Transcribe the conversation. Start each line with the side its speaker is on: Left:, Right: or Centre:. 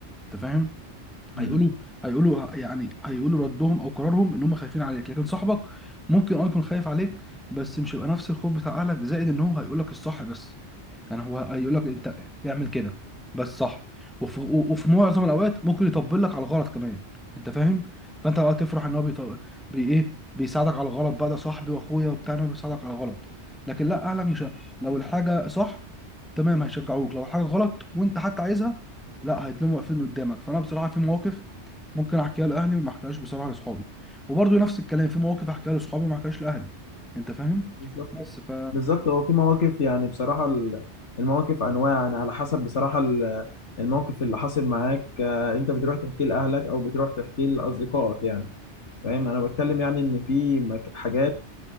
Centre: انت فاهم
Left: مم.
Centre: هيقولوا هيقولوا يعني هيقولوا ردهم او قرارهم ان هم خايفين عليك لكن صاحبك ممكن اه يكون خايف عليك بس مش هيبقى نفس الخوف بتاع اهلك زائد ان هو هيقول لك الصح بس يعني هو هيقول لك انت اعمل كده بس صح وفي, وفي معظم الاوقات ممكن يطبل لك على الغلط كمان انت فاهم فانت بقى تفرح ان هو بيط... بي ايه بيساعدك على الغلط بقى ده صاحبي واخويا وبتاع إن هو بيساعدك على الغلط لكن لا اهلك مش ه- لو الحاجه صح تمام هيشجعوك لو الحاجه غلط وانت حتى عايزها لا هيتلموا واقفين قدامك فانا بصراحه في مواقف ممكن احكيها لاهلي وما احكيهاش بصراحه لاصحابي وبرضه نفس الكلام في مواقف احكيها لاصحابي وما احكيهاش لاهلي انت فاهم
Left: بالظبط
Centre: بس ف
Left: بالظبط هو في مواقف يعني بصراحه ال- المواقف انواع يعني على حسب بصراحه ال- الموقف اللي حاصل معاك آه، انت بتروح تحكيه لاهلك او بتروح تحكيه لاصدقائك يعني فاهم انا بتكلم يعني ان في مك- حاجات